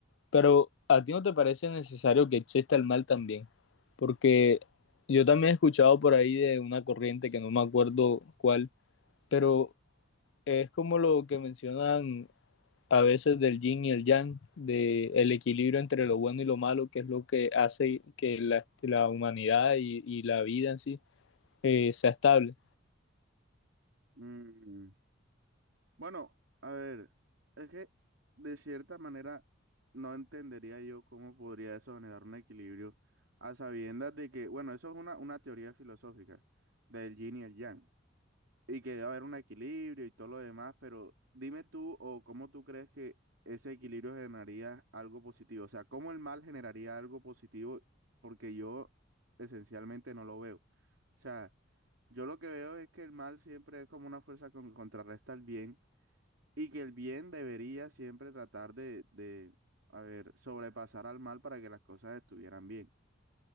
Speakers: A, on the left (about 70°); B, on the right (about 80°).
A: Pero a ti no te parece necesario que exista el mal también, porque yo también he escuchado por ahí de una corriente que no me acuerdo cuál, pero es como lo que mencionan a veces del yin y el yang, de el equilibrio entre lo bueno y lo malo, que es lo que hace que la, la humanidad y, y, la vida en sí eh, sea estable.
B: Mm, Bueno, a ver, es que de cierta manera no entendería yo cómo podría eso generar un equilibrio a sabiendas de que, bueno, eso es una, una teoría filosófica del yin y el yang, y que debe haber un equilibrio y todo lo demás, pero dime tú o cómo tú crees que ese equilibrio generaría algo positivo, o sea, cómo el mal generaría algo positivo, porque yo esencialmente no lo veo. O sea, yo lo que veo es que el mal siempre es como una fuerza que contrarresta al bien. Y que el bien debería siempre tratar de, de, a ver, sobrepasar al mal para que las cosas estuvieran bien.